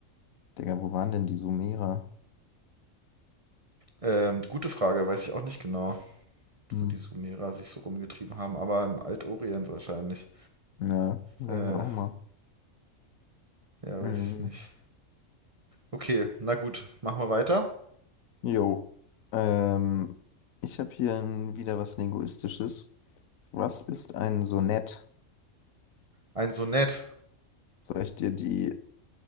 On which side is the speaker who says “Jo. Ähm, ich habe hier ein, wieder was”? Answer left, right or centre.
Left